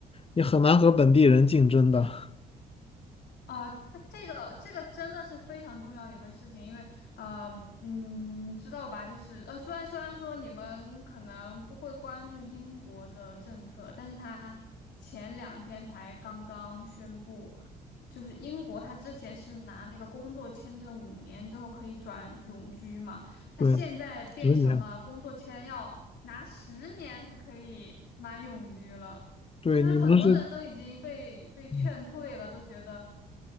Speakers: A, on the left; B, on the left.
A: 你很难和本地人竞争的。<laughs>
B: 啊，它这个这个真的是非常重要一个事情，因为呃，嗯，知道吧？就是呃，虽然虽然说你们可能不会关注英国的政策，但是它前两天才刚刚宣布。就是英国，他之前是拿那个工作签证五年之后可以转永居嘛，他现在变成了工作签要拿十年才可以满永居了，
A: 对，十年，对，
B: 就是很多人都已经被被劝退了，
A: 你们是。嗯
B: 都觉得